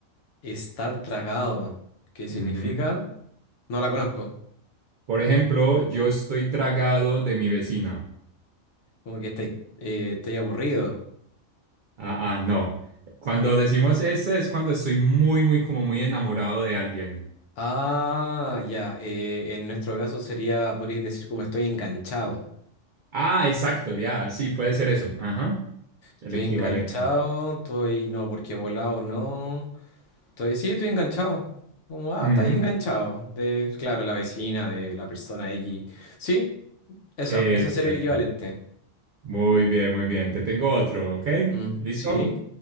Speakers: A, on the left; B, on the right.
A: estar tragado, ¿qué significa,
B: Ujú.
A: no la conozco,
B: Por ejemplo, yo estoy tragado de mi vecina.
A: como que estáis eh, estáis aburrido.
B: Ah, ah, no. Cuando decimos ese es cuando estoy muy, muy, como muy enamorado de alguien.
A: Ah, ya, eh, en nuestro caso sería, podríais decir como estoy enganchado.
B: Ah, exacto, ya, sí, puede ser eso. Ajá. El
A: Estoy
B: equivalente.
A: enganchado, estoy, no, porque volado no. Estoy, sí, estoy enganchado. Como, ah,
B: Ujú.
A: estáis enganchado. De, claro, la vecina, de la persona X. Sí, Eso,
B: Exacto.
A: eso sería el equivalente.
B: Muy bien, muy bien. Te tengo otro, ¿ok?
A: Mm,
B: ¿Listo?
A: sí,